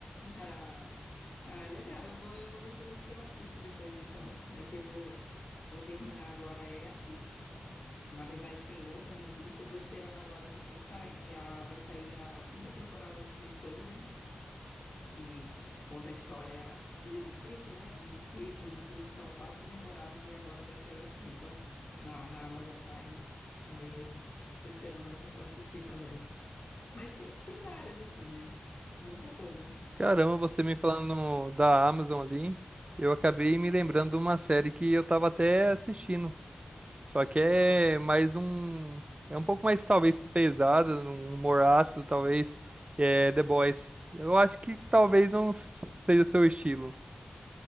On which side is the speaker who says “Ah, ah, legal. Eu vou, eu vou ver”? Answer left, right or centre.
Left